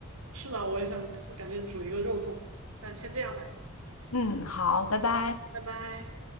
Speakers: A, on the right (about 85°); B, on the left (about 80°).
A: 是的，我也想是感觉煮一个肉粽。那先这样吧，
B: 嗯，好，拜拜。
A: 拜拜。